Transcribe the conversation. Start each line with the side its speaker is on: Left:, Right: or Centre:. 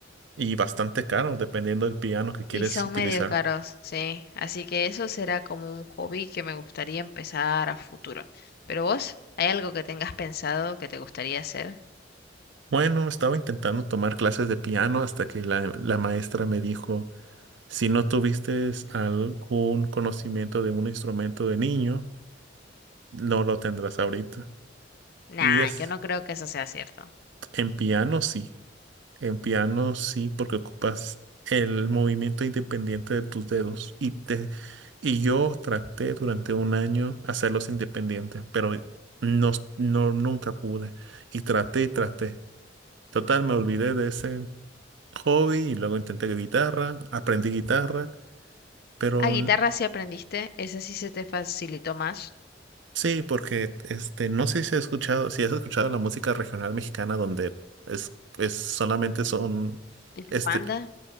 Right: Y bastante caro, dependiendo del piano que quieres
Left: Y son
Right: utilizar.
Left: medio caros, sí. Así que eso será como un hobby que me gustaría empezar a futuro. Pero vos, ¿hay algo que tengas pensado que te gustaría hacer?
Right: Bueno, estaba intentando tomar clases de piano hasta que la, la maestra me dijo, si no tuviste algún conocimiento de un instrumento de niño, no lo tendrás ahorita. Y
Left: Nah,
Right: es
Left: yo no creo que eso sea cierto.
Right: en piano sí, en piano sí, porque ocupas el movimiento independiente de tus dedos. Y te, y yo traté durante un año hacerlos independientes, pero no, s- no, nunca pude. Y traté y traté. Total, me olvidé de ese hobby y luego intenté guitarra, aprendí guitarra, pero
Left: a
Right: n-
Left: guitarra sí aprendiste, esa sí se te facilitó más.
Right: sí, porque este, no sé si has escuchado, si has escuchado la música regional mexicana donde es, es solamente son.
Left: ¿Tipo
Right: este,
Left: banda?